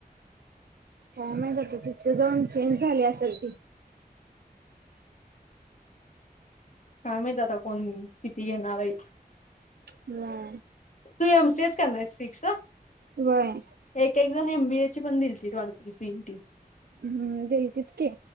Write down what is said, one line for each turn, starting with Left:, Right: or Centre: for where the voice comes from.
Right: काय माहित आता. तिथ जाऊन चेंज झाली असेल ती.
Left: काय माहित आता? कोण किती घेणार आहेत.
Right: म.
Left: तू एम सी एच करणारेस फिक्स.
Right: व्हय.
Left: एक एक जण एमबीए ची पण दितीलती. <unintelligible> सीनटी
Right: हम्म देलतित की.